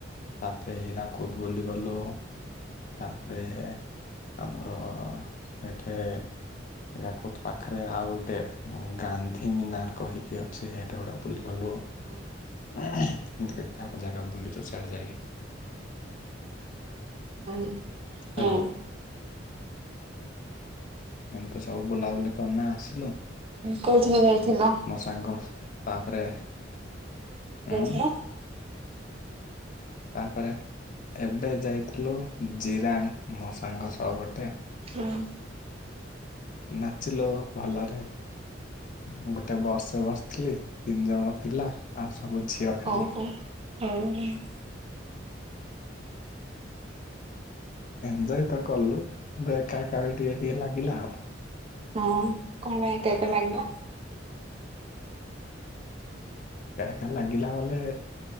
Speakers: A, on the left; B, on the right.
A: ତାପରେ ହୀରାକୁଦ ବୁଲିଗଲୁ। ତାପରେ ଆମର ସେଠି ଏଇଟା କୋ ପାଖରେ ଆଉ ଗୋଟେ ଗାନ୍ଧୀ ମିନାର କହିକି ଅଛି? ସେଇଟା ଗୋଟେ ବୁଲିଗଲୁ।
B: ହୁଁ।
A: ଏମିତି କେତେ ଆକ ଜାଗା ବୁଲିଚୀ ସିଆଡେ ଯାଇକି।
B: <inaudible> ହଉ।
A: ହ୍ୟାଲୋ ଏମିତି ସବୁ ବୁଲାବୁଲି କରନା ଆସିଲୁ।
B: କୋଉଥିରେ ଯାଇଥିଲ
A: ମସ୍ ସାଙ୍ଗ ତାପରେ
B: ଯାଇଥିଲ
A: ଉଁମ୍? ତାପରେ ଏବେ ଯାଇଥିଲୁ ଜିରାଙ୍ଗ ମୋ ସାଙ୍ଗ ସହ ଗୋଟେ।
B: ହୁଁ।
A: ନାଚିଲୁ ଭଲରେ। ମୁଁ ଗୋଟେ ବସରେ ବସିଥିଲି। ତିନି ଜଣ ପିଲା ଆଉ ସବୁ ଝିଅ।
B: <inaudible>
A: ଖାଲି ଏଞୟ ତ କଲୁ <inaudible> ଏକା ଏକା ବି ଟିକେ ଟିକେ ଲାଗିଲା ଆଉ।
B: ହଁ କଣ ପାଇଁ ଏକା ଏକା ଲାଗିଲା?
A: ଏକା ଏକା ଲାଗିଲା ବୋଲେ?